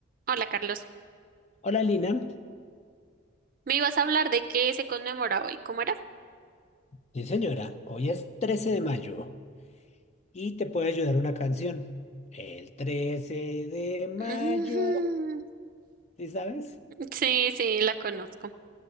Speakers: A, on the right; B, on the left.
A: Hola, Carlos.
B: Hola Lina,
A: Me ibas a hablar de qué se conmemora hoy. ¿Cómo era?
B: sí señora, hoy es 13 de mayo y te puede ayudar una canción. El 13 de mayo,
A: Ujú.
B: ¿sí sabes?
A: Sí, sí, la conozco.